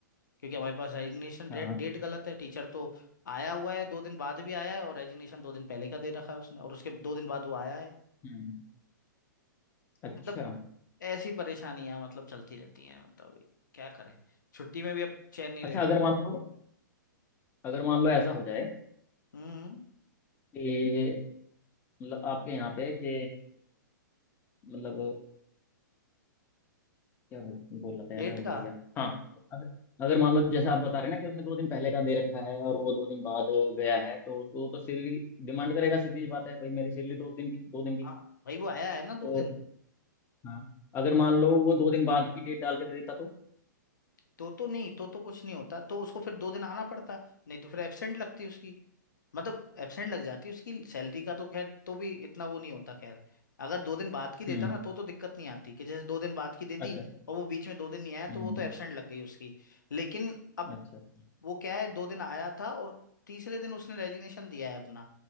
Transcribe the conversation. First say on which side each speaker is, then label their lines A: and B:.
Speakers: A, on the left; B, on the left.
A: क्योंकि हमारे पास रेजिग्नेशन डेट
B: हाँ
A: डेट गलत है टीचर तो आया हुआ है दो दिन बाद भी आया है और रेजिग्नेशन दो दिन पहले का दे रखा है उसने और उसके दो दिन बाद वो आया है
B: हम्म
A: तो
B: अच्छा
A: मतलब ऐसी परेशानियां मतलब चलती रहती हैं मतलब क्या करें छुट्टी में भी अब चैन नहीं
B: अच्छा
A: रहना
B: अगर मान लो अगर मान लो ऐसा हो जाए
A: हम्म
B: कि मतलब आपके यहाँ पे कि मतलब क्या बोल बोल रहा था यार
A: डेट
B: मैं भूल
A: का
B: गया हाँ अगर अगर मान लो जैसे आप बता रहे हैं ना कि उसने दो दिन पहले का दे रखा है और वो दो दिन बाद गया है तो उसको तो सैलरी डिमांड करेगा सीधी सी बात है भाई मेरी सैलरी दो दिन की दो दिन की
A: हाँ भाई वो आया है ना दो
B: तो
A: दिन
B: हाँ अगर मान लो वो दो दिन बाद की डेट डाल के दे देता तो
A: तो तो नहीं तो तो कुछ नहीं होता तो उसको फिर दो दिन आना पड़ता नहीं तो फिर एब्सेंट लगती उसकी मतलब एब्सेंट लग जाती उसकी सैलरी का तो खैर तो भी इतना वो नहीं होता खैर अगर दो दिन बाद की देता
B: हम्म
A: ना तो तो दिक्कत नहीं आती कि जैसे दो दिन बाद की दे दी
B: अच्छा अच्छा
A: और वो बीच में दो दिन नहीं आया तो
B: हम्म
A: वो तो एब्सेंट लग गई उसकी लेकिन अब
B: अच्छा अच्छा
A: वो क्या है दो दिन आया था और तीसरे दिन उसने रेजिग्नेशन दिया है अपना